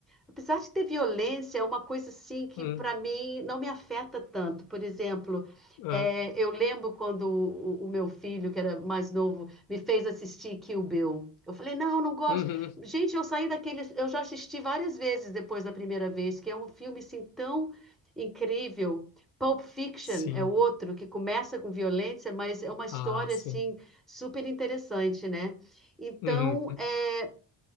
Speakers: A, in the centre; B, on the left.
A: Apesar de ter violência, é uma coisa assim que
B: Uhum.
A: para mim não me afeta tanto. Por exemplo,
B: Aham.
A: eh, eu lembro quando o, o meu filho, que era mais novo, me fez assistir Kill Bill. Eu falei, não, não gosto.
B: Uhum.
A: Gente, eu saí daquele. Eu já assisti várias vezes depois da primeira vez, que é um filme assim tão incrível. Pulp Fiction
B: Sim.
A: é outro que começa com violência, mas é uma história
B: Ah, sim.
A: assim super interessante, né? Então,
B: Uhum.
A: é,